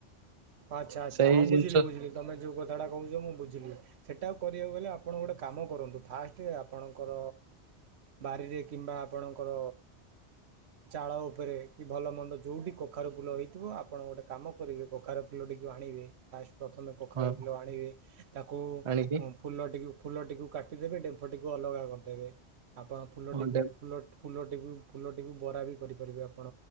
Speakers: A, on the right; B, on the right.
A: ଆଚ୍ଛା ଆଚ୍ଛା
B: ସେଇ
A: ହଁ ବୁଝିଲି
B: ଜିନିଷ
A: ବୁଝିଲି ତମେ ଯୋଉ କଥାଟା କହୁଛ ମୁଁ ବୁଝିଲି ସେଟା କହିବାକୁ ଗଲେ ଆପଣ ଗୋଟେ କାମ କରନ୍ତୁ ଫାର୍ଷ୍ଟ ଅପଙ୍କର ବାରିରେ କିମ୍ବା ଆପଣଙ୍କର ଚାଲ ଉପରେ କିମ୍ବା ଭଲମନ୍ଦ ଯୋଉଠି କାଖରୁଫୁଲ ହେଇଥିବ। ଆପଣ ଗୋଟେ କାମ କରିବେ କଖାରୁ ଫୁଲଟିକୁ ଆଣିବେ ଫାଷ୍ଟ। ପ୍ରଥମେ କଖାରୁ
B: ହଁ
A: ଫୁଲ ଆଣିବେ ତାକୁ
B: ଆଣିକି
A: ଫୁଲ ଟିକୁ ଫୁଲଟିକୁ କାଟିଦେବେ ଡେମ୍ଫଟିକୁ ଅଲଗା କରିଦେବେ। ଆପଣ ଫୁଲଟିକୁ
B: ହଁ ଡେ
A: ଫୁଲଟ ଫୁଲଟିକୁ ଫୁଲଟିକୁ ବରା ବି କରିପାରିବେ ଆପଣ।